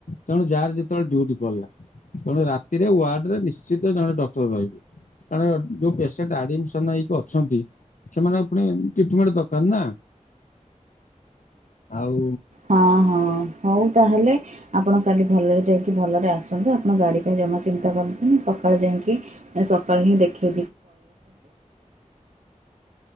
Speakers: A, on the left (about 80°); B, on the right (about 65°).
A: ତଣୁ ଯାହାର ଯେତେବେଳେ ଡୁଟି ପଡିଲ ତେଣୁ ଥିରେ ୱାର୍ଡରେ ନିଶ୍ଚିତ ଜଣେ ଡକ୍ଟର ରହିବେ କାରଣ ଯୋଉ ପେସେଣ୍ଟ ଆଡମିସନ ହେଇକି ଅ ଅ ସେମାନଙ୍କ ପୁଣି ଟିଟମେଣ୍ଟ ଦରକାର ନା ଆଉ
B: ହଁ ହଁ ହଉ ତାହେଲେ ଆପଣ କାଲି ଭଲରେ ଯାଇକ ଭଲରେ ଆସନ୍ତୁ ଆପଣ ଗାଡି ପାଇଁ ଜମା ଚିନ୍ତା କରନ୍ତୁ ସକାଳେ ଯାଇକି ସକାଳେ ହି ଦେଖେଇ